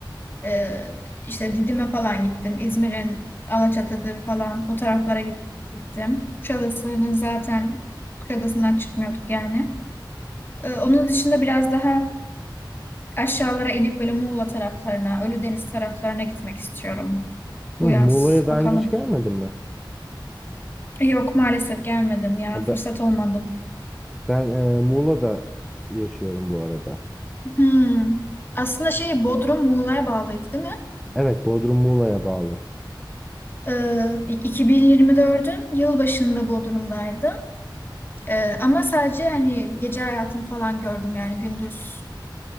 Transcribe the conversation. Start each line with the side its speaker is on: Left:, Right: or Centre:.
Left: Ee, işte Didim'e falan gittim. İzmir'in Alaçatı'dır falan o taraflara gittim. Kuşadası'nın zaten Kuşadası'ndan çıkmıyorduk yani. Ee, onun dışında biraz daha aşağılara inip böyle Muğla taraflarına, Ölüdeniz taraflarına gitmek istiyorum
Centre: Hı,
Left: bu
Centre: Muğla'ya
Left: yaz.
Centre: daha
Left: Bakalım.
Centre: önce hiç gelmedin mi?
Left: Yok maalesef gelmedim ya.
Centre: Ha, Ben,
Left: Fırsat olmadı.
Centre: ben e, Muğla'da yaşıyorum bu arada.
Left: Hmm. Aslında şey Bodrum Muğla'ya bağlıydı değil mi?
Centre: Evet, Bodrum Muğla'ya bağlı.
Left: Ee, 2024'ün yılbaşında Bodrum'daydım. Ee, ama sadece hani gece hayatını falan gördüm yani gündüz.